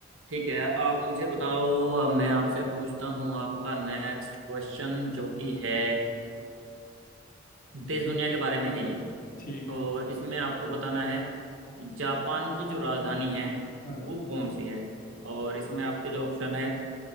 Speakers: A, on the right (about 70°); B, on the left (about 45°).
A: ठीक है आप मुझे बताओ अब मैं आपसे पूछता हूँ आपका नेक्स्ट क्वेश्चन जो कि है देश दुनिया के बारे में है ये
B: ठीक
A: और
B: है
A: इसमें आपको बताना है जापान की जो राजधानी है
B: हाँ
A: वो कौन सी है और इसमें आपके जो ऑप्शन है